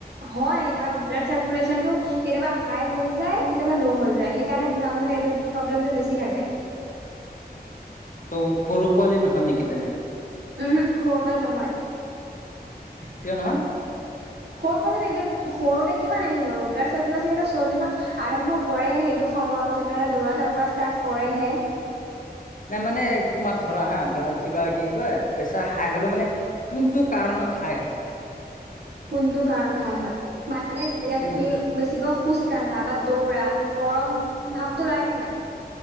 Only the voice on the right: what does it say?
হয়! কেতিয়াবা ব্লাড চাৰ্কুলেশ্যনটো। কেতিয়াবা, হাই হৈ যায়, কেতিয়াবা ল' হৈ যায়। সেইকাৰণে, বুঢ়া মানুহে, এইটো প্ৰব্লেমটো, বেছি থাকে।
ওহোঁ! সৰু পোৱালি নহয়।
সৰু পোৱালি এতিয়া, সৰুতে কিমান ব্লাড চাৰ্কুলেশ্যন এতিয়া, চলিবা। আৰম্ভ কৰেহে, সেইটো সময়ৰ পিছৰ পৰা। দৌৰা, ঢাপৰা ষ্টাৰ্ট কৰেহে।
কোনটো কাৰণ হাই হয়? মানে যেতিয়া তুমি
বেছিকৈ খোজ কাঢ়া, বা দৌৰা গৰম ভাৱটো লাগে নাই?